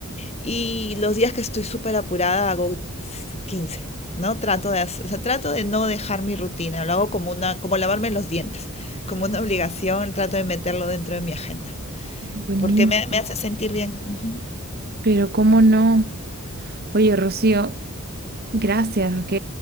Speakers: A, on the left; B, on the right.
A: y los días que estoy súper apurada hago quince ¿no? Trato de, hacer, o sea, trato de no dejar mi rutina, lo hago como, una, como lavarme los dientes, como una obligación, trato de meterlo dentro de mi agenda
B: Buenísimo,
A: porque me, me hace sentir bien. Ujú.
B: pero cómo no. Oye, Rocío. Gracias, ok.